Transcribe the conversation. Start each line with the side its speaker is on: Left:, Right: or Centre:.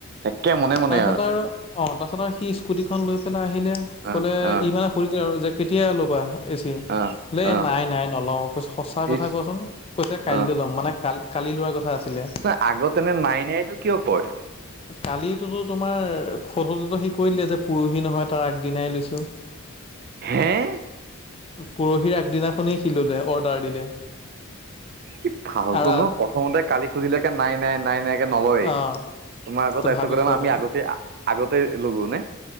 Right: একে মনে মনে
Left: তাৰপিছত আৰু অ তাৰপিছত আৰু সি স্কুটিখন লৈ পেলাই আহিলে
Right: অ
Left: কলে
Right: অ
Left: ইমানে সুৰি আৰু যে কেতিয়া ল'বা এচি
Right: অ
Left: ল
Right: অ
Left: নাই নাই নলওঁ কৈছে সঁচা কথা
Right: ইচ
Left: কোৱাচোন কৈছে কাইিল
Right: অ
Left: ল'ম মানে কালি কালি লোৱাৰ কথা আছিলে
Right: নহ আগতে এনে নাই নাই এইটো কিয় কয়
Left: কালিোতো তোমাৰ সধতেতো সি কৰি দে যে পৰহি নহয় তাৰ আগদিনাই লৈছো
Right: হা
Left: পৰহিৰ আগদিনাখনেই শিললে অৰ্ডাৰ দিলে
Right: কি ভালতো
Left: আৰু
Right: নহ প্ৰথমতে কালি খুজিলেকে নাই নাই নাই নাই তে নলয়েই
Left: অঁ
Right: তোমাৰ আগতাৰিছ
Left: ভাবিছোঁ
Right: কলে আমি
Left: আৰু
Right: আগতে আগতে লগো নে